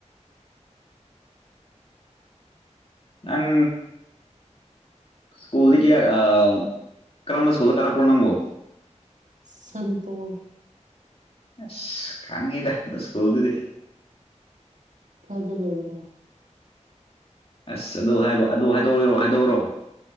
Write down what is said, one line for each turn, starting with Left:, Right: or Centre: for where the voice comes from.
Left: ꯅꯪ ꯁ꯭ꯀꯨꯜꯗꯒꯤ ꯑꯥ ꯀꯔꯝꯕ ꯁ꯭ꯀꯨꯜꯗ ꯀꯥꯔꯛꯄ꯭ꯔꯣ ꯅꯪꯕꯣ
Right: ꯁꯟꯄꯣꯔ
Left: ꯑꯁ ꯈꯪꯉꯤꯗ ꯗꯨ ꯁ꯭ꯀꯨꯜꯗꯨꯗꯤ
Right: ꯀꯥꯏꯗ ꯂꯩꯕꯅꯣ
Left: ꯑꯁ ꯑꯗꯨ ꯍꯥꯏꯕꯨ ꯑꯗꯨ ꯍꯥꯏꯗꯣꯛꯎꯔꯣ ꯍꯥꯏꯗꯣꯛꯎꯔꯣ